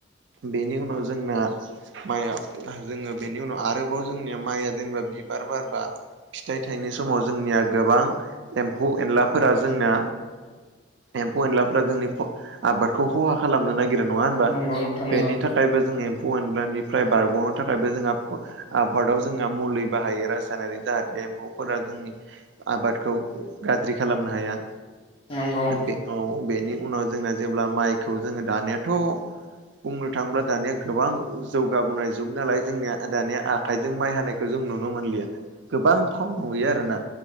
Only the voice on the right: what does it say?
बेनि उनाव जोंना माइआ जोङो बेनि उनाव आरोबाव जोंनिया माइया जेनेबा बिबार बारबा फिथाइ थाइनाय समाव जोंनिया गोबां एम्फौ एनलाफोरा जोंना एम्फौ एनलाफोरा जोंनि आबादखौ खहा खालामनो नागि रो नङा होनबा
बेनि थाखायबो जोङो एम्फौ एनलानिफ्राय बारग'नो थाखायबो जोंहा आबादाव जोंहा मुलि बाहायो रासायनारि जाहाथे एम्फौफोरा जोंनि आबादखौ गाज्रि खालामनो हाया।
बे औ बेनि उनाव जोंना जेब्ला माइखौ जोङो दानियाथ' बुंनो थाङोब्ला दानिया गोबां जौगाबोनाय जुग नालाय जोंनिया दानिया आखाइजों माइ हानायखौ जों जों नुनो मोनलिया गोबां खम नुयो आरोना